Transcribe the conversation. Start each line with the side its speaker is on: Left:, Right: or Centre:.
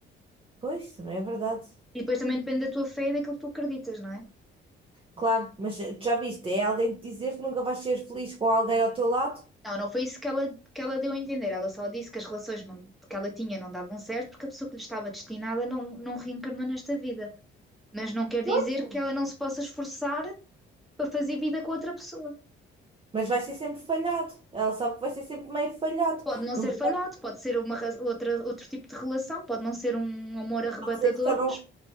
Right: Pois, também é verdade.
Centre: E depois também depende da tua fé e daquilo que tu acreditas, não é?
Right: Claro, mas eh, já viste, é alguém te dizer que nunca vais ser feliz com alguém ao teu lado,
Centre: Não, não foi isso que ela, que ela deu a entender. Ela só disse que as relações não- que ela tinha não davam certo porque a pessoa que lhe estava destinada não, não reencarnou nesta vida. Mas não quer dizer
Right: Pronto.
Centre: que ela não se possa esforçar para fazer vida com outra pessoa.
Right: mas vai ser sempre falhado. Ela sabe que vai ser sempre meio falhado.
Centre: Pode não
Right: Nunca
Centre: ser falhado,
Right: vai
Centre: pode ser uma, ra- outra, outro tipo de relação, pode não ser um amor arrebatador,
Right: dizer que só não.
Centre: mas